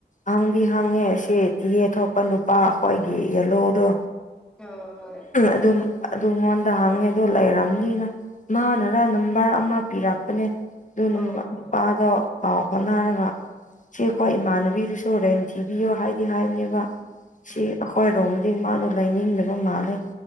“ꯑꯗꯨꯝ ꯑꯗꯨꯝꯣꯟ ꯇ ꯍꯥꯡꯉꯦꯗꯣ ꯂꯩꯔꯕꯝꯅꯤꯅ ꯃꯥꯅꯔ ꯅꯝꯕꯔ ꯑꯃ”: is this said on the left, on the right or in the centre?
Left